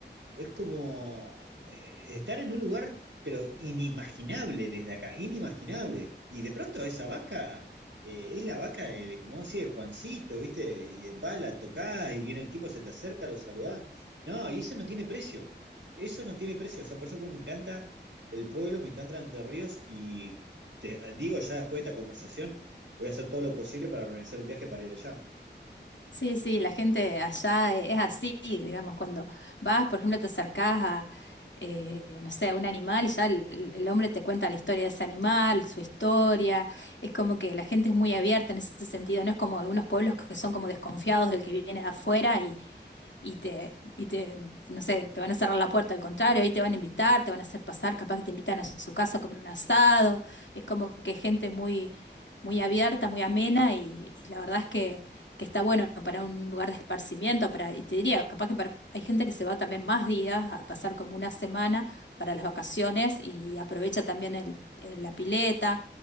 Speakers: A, on the right (about 85°); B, on the left (about 75°).
A: es como eh, estar en un lugar, pero inimaginable desde acá, inimaginable. Y de pronto esa vaca eh, es la vaca de, de, como vos de Juancito, ¿viste? Y va, la tocás y viene el tipo, se te acerca, lo saludás. No, y eso no tiene precio. Eso no tiene precio. O sea, por eso pues, me encanta el pueblo, me encanta Entre Ríos y te digo ya después de esta conversación, voy a hacer todo lo posible para organizar el viaje para ir allá.
B: Sí, sí, la gente allá es así, digamos, cuando vas, por ejemplo, te acercás a, eh, no sé, a un animal y ya el, el hombre te cuenta la historia de ese animal, su historia, es como que la gente es muy abierta en ese sentido, no es como algunos pueblos que son como desconfiados del que viene de afuera y, y te, y te, no sé, te van a cerrar la puerta, al contrario, ahí te van a invitar, te van a hacer pasar, capaz que te invitan a su casa a comer un asado, es como que gente muy, muy abierta, muy amena y, y la verdad es que, que está bueno para un lugar de esparcimiento, para, y te diría, capaz que para, hay gente que se va también más días, a pasar como una semana para las vacaciones y aprovecha también el, el- la pileta